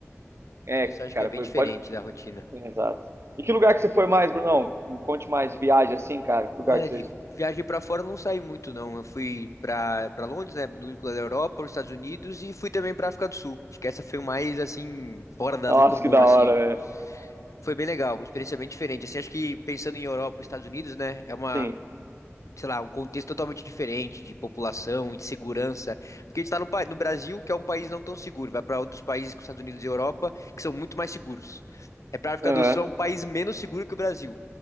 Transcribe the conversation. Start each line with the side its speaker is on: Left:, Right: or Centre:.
Right: É,
Left: Então isso eu acho
Right: cara,
Left: que é bem
Right: foi-
Left: diferente
Right: pode.
Left: da rotina.
Right: Exato. E que lugar que você foi mais, Brunão? Me Conte mais viagem assim, cara. Que
Left: Olha,
Right: lugar que você.
Left: de viagem pra fora eu não saí muito, não. Eu fui para para Londres, né, no núcleo da Europa, os Estados Unidos e fui também para África do Sul. Acho que essa foi mais assim fora da-
Right: Nossa,
Left: do comum,
Right: que da
Left: assim.
Right: hora, velho.
Left: Foi bem legal, uma experiência bem diferente. Assim, acho que pensando em Europa, Estados Unidos, né, é uma,
Right: Sim.
Left: sei lá, um contexto totalmente diferente de população, de segurança, porque a gente tá no, pa- no Brasil, que é um país não tão seguro. Vai para outros países, como Estados Unidos e Europa, que são muito mais seguros. É para África
Right: Aham.
Left: do Sul, é um país menos seguro que o Brasil.